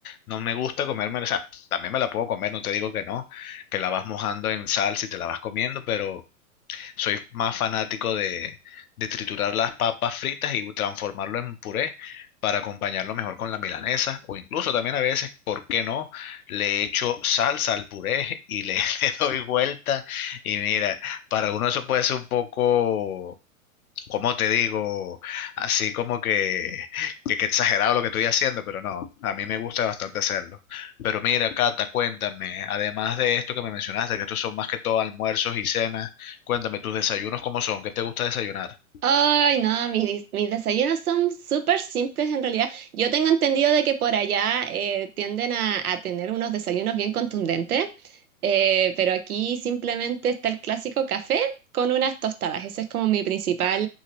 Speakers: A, on the left; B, on the right.
A: No me gusta comerme, o sea, también me la puedo comer, no te digo que no, que la vas mojando en salsa y te la vas comiendo, pero soy más fanático de, de triturar las papas fritas y transformarlo en puré para acompañarlo mejor con la milanesa o incluso también a veces, ¿por qué no? Le echo salsa al puré y le, <laughs> le doy vuelta y mira, para algunos eso puede ser un poco como te digo, así como que, que, que exagerado lo que estoy haciendo, pero no, a mí me gusta bastante hacerlo. Pero mira, Cata, cuéntame, además de esto que me mencionaste, que estos son más que todo almuerzos y cenas, cuéntame tus desayunos, ¿cómo son? ¿Qué te gusta desayunar?
B: Ay, no, mis, dis- mis desayunos son súper simples en realidad. Yo tengo entendido de que por allá eh, tienden a, a tener unos desayunos bien contundentes, eh, pero aquí simplemente está el clásico café con unas tostadas. Ese es como mi principal,